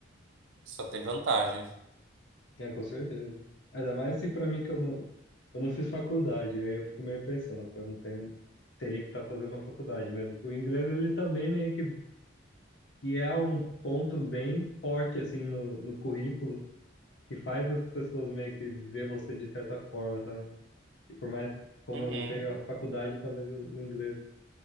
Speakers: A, on the right; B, on the left.
A: só tem vantagens.
B: É, com certeza. Ainda mais se pra mim que eu não, eu não fiz faculdade, aí eu fico meio pensando, pô, eu não tenho, teria que estar fazendo uma faculdade, mas o inglês ele também meio que, que é um ponto bem forte assim no, no currículo, que faz as pessoas meio que ver você de certa forma, sabe? E por mais como
A: Uhum.
B: eu não tenho a faculdade, talvez o, o inglês